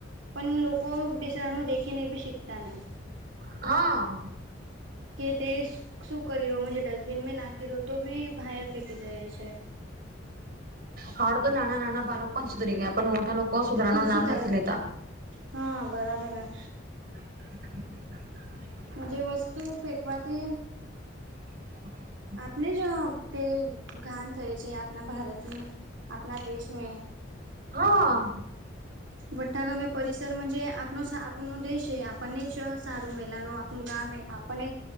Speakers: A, on the right; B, on the right.
A: પણ લોક કો બીજાનું દેખીને બી શીખતા નહી.
B: હા.
A: કે તે શું કરી રહ્યો ડસ્ટબિનમાં લાખી રહો તો બી બહાર ફેંકી દે છે.
B: હાડ તો નાના નાના બાળક પણ સુધરી ગયા પણ મોટા લોકો સુધરાનું
A: હું શું
B: નામ
A: દ
B: નથી લેતા.
A: હા બરાબર હા.
B: <inaudible>
A: જે વસ્તુ ફેકવાથી
B: <inaudible>
A: આપને અ જ તે ગાન થાય છે આપના ભારતની, આપના દેશને.
B: હા.
A: વટ્ઠા ગમે પરિસર જે આપનો આપનો દેશ છે આપણને ચ સારું મેલા નું આપું ગામ આપને